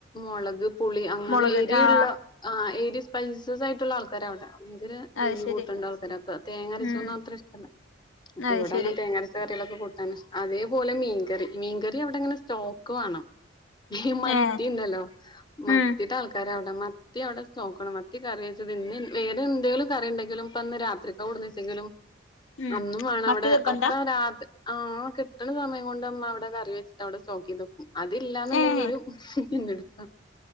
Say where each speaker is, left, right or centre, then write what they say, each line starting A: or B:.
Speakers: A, on the left (about 20°); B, on the left (about 85°).
A: മൊളക് പുളി അങ്ങനെ
B: മൊളക്
A: എരിയ്‌ള്ള
B: ആഹ്
A: ആ എരി സ്പൈസസ് ആയിട്ടുള്ള ആൾക്കാര അവടെ ഭയങ്കര
B: അത്
A: എരിവ്
B: ശരി
A: കൂട്ടണ്ടാവും ചെല ആൾക്കാർ തേങ്ങരച്ചൊന്നും
B: ഉം
A: അത്ര ഇഷ്ടല്ല അപ്പൊ
B: അത്
A: ഇവിടങ്ങനെ
B: ശരി
A: തേങ്ങരച്ച കുട്ടളൊക്കെ കൂട്ടും അതേപോലെ മീൻകറി മീൻകറി അവിടെങ്ങനെ സ്റ്റോക്ക് വേണം മത്തിന്നല്ലോ
B: ഏഹ്
A: മത്തിട്ട
B: ഉം
A: ആൾക്കാര മത്തി അവിടെ നോക്കണം മത്തി കറി വെച്ചത് ഇന്ന് വേറെ എന്തെങ്കിലും കറി ഉണ്ടെങ്കിലും ഇപ്പൊന്ന് രാത്രിക്കവിടന്ന് വെച്ചെങ്കിലും
B: <inaudible>
A: അന്നുംവാണവിടെ
B: മത്തി നിർബന്ധാ
A: അപ്പ രാത് ആഹ് കിട്ടണ സമയം കൊണ്ട്മ്മ അവിടെ കറി വെച്ചിട്ട് അവിടെ സോക്കിതക്കും അതില്ലാന്നുണ്ടെങ്കി
B: ഏഹ്
A: ഒരു ന്നെടുപ്പ